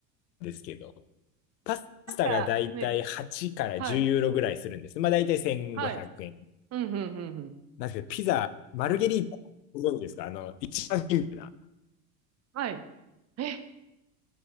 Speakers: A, on the left; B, on the right.
A: ですけど、パスタがだいたい8から10ユーロぐらいするんです。
B: なんか、ね、はい。
A: まあだいたい1500円。
B: はい。うんうんうんうん。
A: なんですけど、ピザ、マルゲリータ、ご存知ですかあの、一番シンプルな。
B: はい。え、